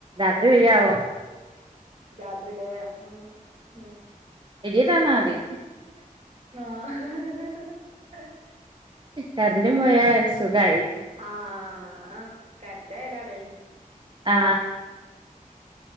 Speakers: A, on the right; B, on the right.
A: ര് പെയ്യാവോ
B: രാത്രിയിലെ ഉം
A: ഇടിട്ടാന്നാതി
B: ആ ഹ് ഹ് ഹ്
A: കരണ്ടും പോയാ സ് സുഖായി
B: ആ ആ അ കറന്റെയലാണ്
A: ആ